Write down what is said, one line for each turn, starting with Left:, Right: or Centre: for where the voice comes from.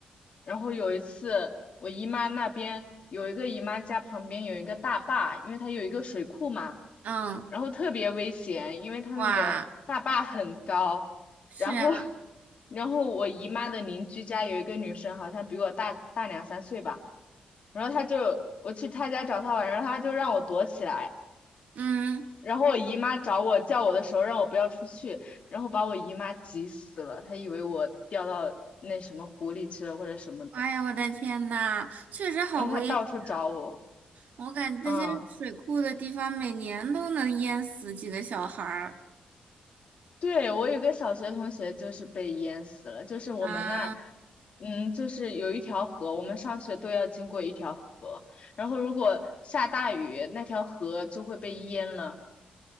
Left: 然后有一次，我姨妈那边有一个姨妈家旁边有一个大坝，因为它有一个水库嘛，
Right: 嗯，
Left: 然后特别危险，因为它那个大坝很高。
Right: 哇，是啊，
Left: 然后，<laughs> 然后我姨妈的邻居家有一个女生，好像比我大大两三岁吧，然后她就我去她家找她玩，然后她就让我躲起来。
Right: 嗯，
Left: 然后我姨妈找我叫我的时候，让我不要出去，然后把我姨妈急死了，她以为我掉到那什么湖里去了或者什么的。
Right: 哎呀，我的天呐，确实好危险！
Left: 然后他到处找我。
Right: 我感觉这些水库的地方每年都能淹死几个小孩儿
Left: 嗯，对，我有个小学同学就是被淹死了，就是我们那儿，
Right: 啊
Left: 嗯，就是有一条河，我们上学都要经过一条河，然后如果下大雨，那条河就会被淹了，